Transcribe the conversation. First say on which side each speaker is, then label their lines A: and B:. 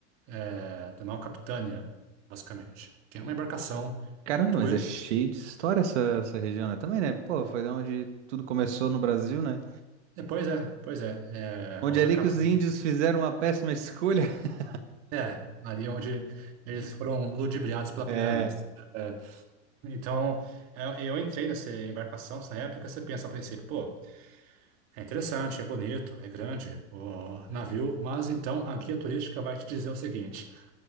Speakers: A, on the right; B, on the right.
A: eh, da nau Capitânia, basicamente, que é uma embarcação
B: Caramba,
A: muito bonita.
B: mas é cheio de história essa, essa região, né? Também, né? Pô, foi da onde tudo começou no Brasil, né?
A: É, Pois é, pois é,
B: Onde
A: é houve
B: é ali
A: a capitania,
B: que os índios fizeram uma péssima escolha. <laughs>
A: é, ali onde eles foram ludibriados pela
B: É.
A: primeira vez. É, Então, eu eu entrei nessa embarcação, nessa réplica, você pensa a princípio, pô, é interessante, é bonito, é grande o navio, mas então a guia turística vai te dizer o seguinte,